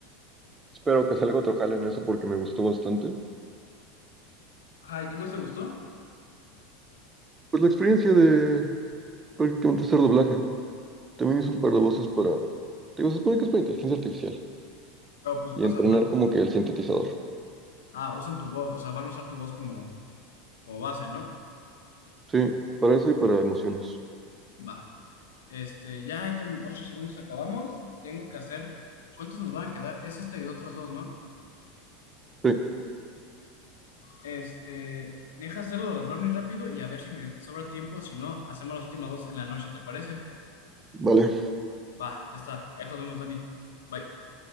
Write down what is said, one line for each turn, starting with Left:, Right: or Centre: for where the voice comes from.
Right: Espero que salga otro jale en eso porque me gustó bastante.
Left: Ajá, ¿y qué más te gustó?
Right: Pues la experiencia de prácticamente hacer doblaje. También hice un par de voces para... Digo, se supone que es para inteligencia artificial
Left: Pero pues,
Right: y
Left: o
Right: entrenar
Left: sea, van,
Right: como que el sintetizador.
Left: ah, usan tu voz, o sea, van a usar tu voz como, como base, ¿no?
Right: Sí, para eso y para emociones.
Left: Va. Este, ya ahí están ocho segundos acabamos. Tengo que hacer, ¿cuántos nos van a quedar? Es esta y de otras dos, ¿no?
Right: Sí,
Left: Este, deja hacer lo de los brownies rápido y a ver si me sobra tiempo. Si no, hacemos las últimas dos en la noche, ¿te parece?
Right: vale.
Left: Va, ya está. Ahí nos vemos, Dani. Bye.